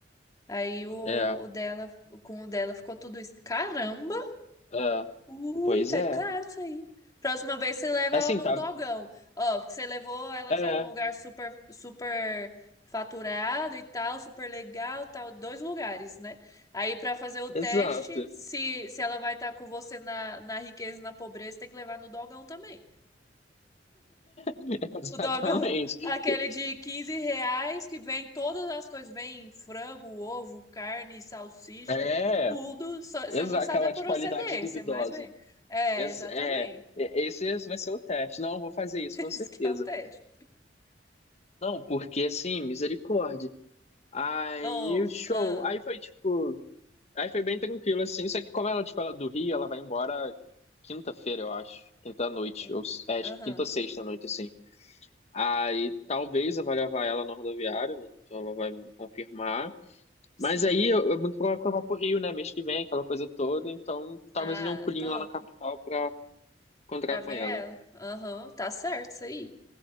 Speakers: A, on the left; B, on the left.
A: aí o,
B: É,
A: o dela, com o dela ficou tudo isso. Caramba!
B: é,
A: Ui,
B: pois
A: tá
B: é.
A: caro isso aí. Próxima vez você leva
B: Assim,
A: ela num
B: tá,
A: dogão. Ó, porque você levou ela
B: é,
A: já num lugar super, super faturado e tal, super legal, tal, dois lugares, né? Aí pra fazer o
B: exato,
A: teste, se, se ela vai estar com você na, na riqueza, e na pobreza, tem que levar no dogão também.
B: <laughs> exatamente.
A: O dogão, <laughs> aquele de 15 reais, que vem todas as coisas, vem frango, ovo, carne, salsicha,
B: É,
A: tudo. Só- Você
B: exa
A: não sabe
B: aquela
A: a procedência,
B: de qualidade duvidosa.
A: mas vem. É,
B: Ex-
A: exatamente.
B: é, é, esse vai ser o teste. Não, vou fazer isso, com certeza.
A: Isso que é o teste.
B: Não, porque assim, misericórdia. Aí
A: Oh,
B: o show.
A: ah,
B: Aí foi tipo. Aí foi bem tranquilo, assim. Só que como ela, tipo, ela é do Rio, ela vai embora quinta-feira, eu acho. Quinta-noite.
A: eita,
B: Ou, é,
A: aham,
B: acho que quinta ou sexta-noite, assim. Aí talvez eu vá levar ela na rodoviária, né? então ela vai me confirmar.
A: sim.
B: Mas aí eu- é muito provável que eu vá pro Rio, né? Mês que vem, aquela coisa toda. Então talvez
A: Ah,
B: eu dê um pulinho
A: top.
B: lá na capital pra encontrar
A: Pra ver
B: com ela.
A: ela. Aham, tá certo isso aí.